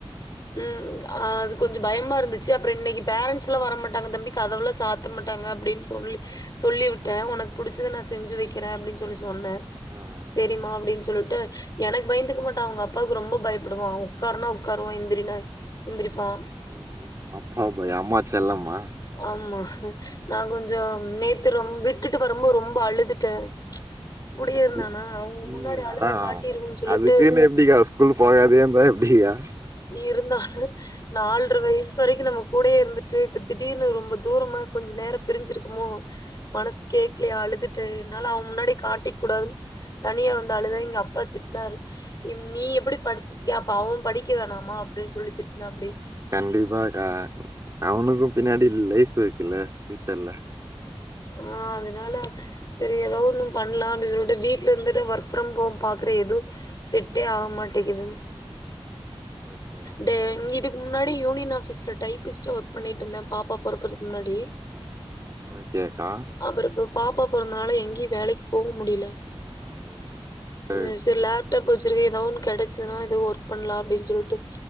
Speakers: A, on the left; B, on the right.
A: ம் அது கொஞ் ஞ்சோ பயமாருந்துச்சு அப்புறோ இன்னிக்கு பேரன்ட்ஸ்லா வர மாட்டாங்க தம்பி கதவுலா சாத்த மாட்டாங்க அப்டின்னு சொல்லி சொல்லி உட்ட உனக்கு புடிச்சத நா செஞ்சு வைக்றே அப்டின்னு சொல்லி சொன்னே
B: அ
A: செரிமா அப்டினு சொல்லிட்டு எனக்கு பயந்துக்க மாட்டா அவுங்க அப்பாவுக்கு ரொம்ப பய்ப்படுவா உக்கார்னா உக்காருவா எந்திரி னா எந்திரிப்பா
B: ம்ஹூம் அப்பா பயோ அம்மா செல்லமா
A: ஆமா நா கொஞ்சோ நேத்து ரொம் விட்டுட்டு வரும்போது ரொம்ப அழுதுட்டே ம்ச் கூடயே இருந்தானா
B: நீ
A: அவுங்க
B: நீங்களா
A: முன்னாடி அழுதா காட்டிர்வோன்னு சொல்லிட்டு
B: அதுக்குன்னு எப்டிக்கா ஸ்கூல் போகாதயே இருந்தா எப்டியா
A: இருந்தாலு நால்ர வயசு வரைக்கு நமக் கூடயே இருந்துட்டு இப்ப திடீர்னு ரொம்ப தூரமா கொஞ்ச நேரோ பிரிஞ்சிருக்கமோ மனசு கேக்கலயா அழுதுட்டே என்னால அவ முன்னாடி காட்டிக்கூடாதுன் தனியா வந்து அழுதா எங்க அப்பா திட்டினாரு இம் நீ எப்டி படிச்சிருக்கியா அப்ப அவ படிக் கவேணாமா அப்டின்னு சொல்லி திட்னாப்புடி
B: கண்டிப்பா கா அவனுக்கு பின்னாடி லைஃப் இருக்குல்ல பியூச்சர்ல
A: ஆ அதனால செரி அத் எதோ ஒன்னு பண்லா அப்டினு சொல்ட்டு வீட்ல இருந்துட்டு ஒர்க் ஃப்ரம் ஹோம் பாக்கற எது செட்டே ஆவமாட்டேக்கிது
B: ஓகே ஓகே
A: டேங் இதுக் முன்னாடி யூனியன் ஆபிஸ்ல டைப்பிஸ்ட்டா ஒர்க் பண்ணிட்ருந்தே பாப்பா பொறக்கறக்கு முன்னாடி
B: ஓகேக்கா
A: அப்றோ இப்ப பாப்பா பொறந்தனால எங்கேயு வேலக்கு போ முடியல
B: ஆ ஓ சரி
A: மிஸ்ஸுல்லப்
B: சரி
A: ட்டா <unintelligible> ஏதா ஒன்னு கெடச்சதுன்னா ஏதோ ஒர்க பண்லா அப்டினு சொல்ட்டு